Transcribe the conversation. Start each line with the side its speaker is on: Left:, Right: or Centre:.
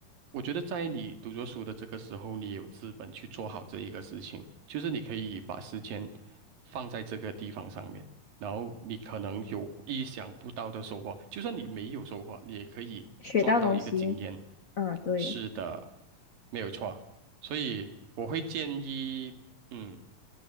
Right: 我觉得在你读着书的这个时候，你也有资本去做好这一个事情，就是你可以把时间放在这个地方上面。然后你可能有意想不到的收获，就算你没有收获，你也可以赚到一个经验。
Left: 学到东西，啊，对，
Right: 是的，没有错。所以我会建议，嗯，